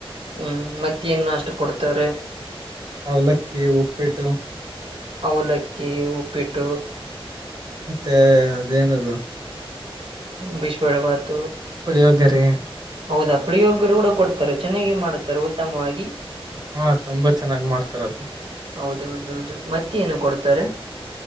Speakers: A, on the right; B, on the right.
A: ಹ್ಮ್ ಮತ್ತೇನ್ ನಾಷ್ಟ ಕೊಡ್ತಾರೆ.
B: ಅವಲಕ್ಕಿ ಉಪ್ಪಿಟ್ಟು.
A: ಅವಲಕ್ಕಿ ಉಪ್ಪಿಟ್ಟು.
B: ಮತ್ತೆ ಅದೇನದು.
A: ಬಿಸ್ಬೇಳೆ ಭಾತು.
B: ಪುಳಿಯೋಗರೆ
A: ಹೌದಪ್ಪ. ಪುಳ್ಯೋಗ್ರಿ ಕೂಡ ಕೊಡ್ತಾರೆ ಚೆನ್ನಾಗಿ ಮಾಡುತ್ತಾರೆ ಉತ್ತಮವಾಗಿ.
B: ಹಾ ತುಂಬಾ ಚೆನ್ನಾಗ್ ಮಾಡ್ತಾರದ್ನ.
A: ಹೌದೌದೌದು ಮತ್ತೆ ಏನು ಕೊಡ್ತರೆ.